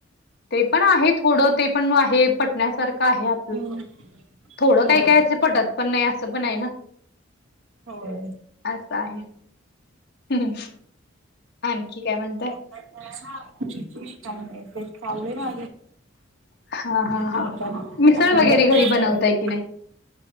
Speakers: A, on the left; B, on the right.
A: ते पण आहे थोडं ते पण मग आहे पटण्यासारखं आहे.
B: हम्म
A: थोडं
B: होय
A: काही काय असं पटत. पण नाही असं पण आहे ना
B: होय.
A: असं आहे. हम् आणखी काय म्हणताय.
B: चा ते चाले ना.
A: हा हा
B: ला
A: हा मिसळ वगैरे
B: तयारी
A: घरी बनवताय की नाही